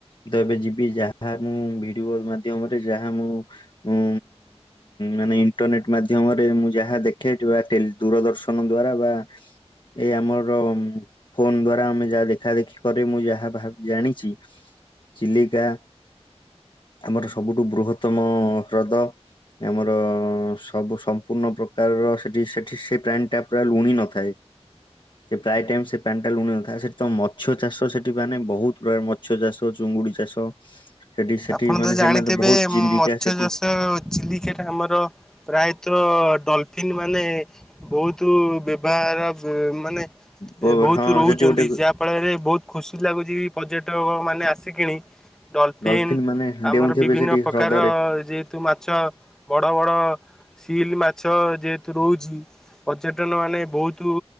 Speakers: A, on the left; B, in the centre.
A: ମୁଁ ତ ଏବେ ଯିବି ଯାହା ମୁଁ ଭିଡିଓ ମାଧ୍ୟମରେ ଯାହା ମୁଁ ଉଁ ମାନେ ଇଟରନେଟ୍ ମାଧ୍ୟମ ମୁଁ ଯାହା ଦେଖେ ବା ଦୂରଦର୍ଶନ ଦ୍ଵାରା ବା ଏଇ ଆମର। ଫୋନ ଦ୍ଵାରା ଆମେ ଯାହା ଦେଖା ଦେଖି କରେ ମୁଁ ଯାହା ଭାବ ଜାଣିଛି। ଚିଲିକା। ଆମର ସବୁଠୁ ବୃହତ୍ତମ ହ୍ରଦ ଆମର ସବୁ ସମ୍ପୂର୍ଣ୍ଣ ପ୍ରକାର। ସେଠି ସେଠି ସେ ପ୍ରାଣୀ ଟା ପୁରା ଲୁଣି ନଥାଏ ପ୍ରାୟ ଟାଇମ ସେ - ପ୍ୟାଣ୍ଟା ଲୁଣି ନଥାଏ ସେଠି ତ ମଛ୍ୟ ଚାଷ ସେଠି ମାନେ ବୋହୁତ ପ୍ରକାର ମଛ୍ୟ ଚାଷ ଚୁଙ୍ଗୁଡି ଚାଷ ସେଠି ସେଠି
B: ଆପଣ
A: ମାନେ
B: ତ ଜାଣିଥିବେ
A: ସେମାନେ ବହୁତ
B: ମଛ୍ୟ
A: ଜୀବିକା ସେଠି
B: ଚାଷ ଚିଲିକାରେ ଆମର ପ୍ରାୟତଃ ଡଲଫିନ୍ ମାନେ ବୋହୁତ ବ୍ୟବହାର ସେ ମାନେ
A: ବ-
B: ବୋହୁତ
A: ହଁ
B: ରହୁଚନ୍ତି
A: ସେଠି ଗୋଟେ
B: ଯାହାଫଳରେ ବୋହୁତ ଖୁସି ଲାଗୁଚି। ପର୍ଯ୍ୟଟକମାନେେ ଆସିକିଣି ଡଲଫିନ୍
A: ଡଲଫିନ ମାନେ
B: ଆମର
A: ଡେଉଁଥିବେ
B: ବିଭିନ୍ନ
A: ସେଠି
B: ପ୍ରକାର
A: ହ୍ରଦରେ
B: ଯେହେତୁ ମାଛ ବଡ ବଡ ସିଲ୍ ମାଛ ଯେହେତୁ ରହୁଚି ପର୍ଯ୍ୟଟନ ମାନେ ବୋହୁତୁ